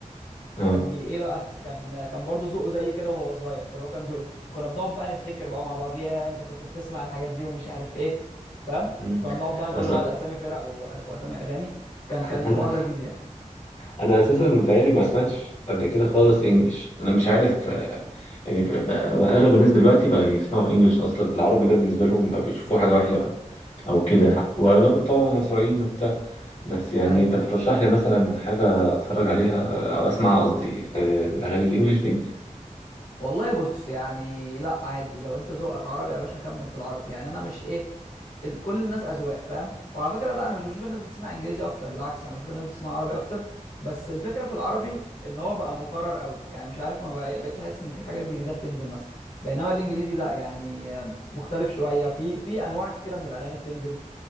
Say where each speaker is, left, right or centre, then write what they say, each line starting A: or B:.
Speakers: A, on the left; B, on the left.
A: اه
B: كان بي ايه بقى كان كان برضه ذوقه زي كده وهو صغير في الروك اند رول فكنا بنقعد بقى نفتكر بقى مع بعض يا انت كنت بتسمع الحاجات دي ومش عارف ايه فاهم
A: مم.
B: كنا بنقعد بقى نقول
A: اصل
B: لبعض اسامي فرق و... واسامي اغاني كان كان
A: انا
B: الحوار لذيذ يعني
A: انا اساسا متهيألي ما سمعتش قبل كده خالص انجلش انا مش عارف آه، يعني ف- بقى- بقى اغلب الناس دلوقتي بقى يسمعوا انجلش اصلا العربي ده بالنسبه لهم بقى بيشوفوه حاجه وحشه او كده واغلبهم طبعا مصريين وبتاع بس يعني
B: ايوه
A: انت بترشح لي مثلا حاجة اتفرج عليها او اسمعها قصدي آه، الاغاني الانجليش دي
B: والله بص يعني لا عادي لو انت ذوقك عربي يا باشا كمل في العربي يعني انا مش ايه ال- كل الناس اذواق فاهم وعلى فكره لا انا مش بشوف الناس بتسمع انجليزي اكتر بالعكس انا بشوف الناس بتسمع عربي اكتر بس الفكره في العربي ان هو بقى مكرر قوي يعني مش عارف ما بقى- بقتش احس ان في حاجات جديده بتنزل مثلا بينما الانجليزي لا يعني آه، مختلف شويه في في انواع كتيره من الاغاني بتنزل